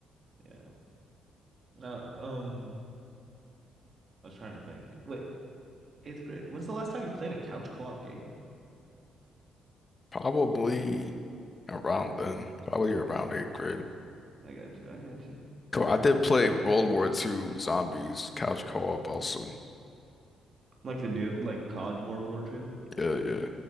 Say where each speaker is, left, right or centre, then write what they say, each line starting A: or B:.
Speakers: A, on the right; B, on the left.
A: Yeah. Uh, um, I was trying to think. Wait, eighth grade. When's the last time you played a couch co-op game?
B: Probably around then, probably around eighth grade.
A: I got you. I got you.
B: Cool. I did play World War Two Zombies couch co-op also.
A: Like the new, like COD World War Two.
B: Yeah, yeah.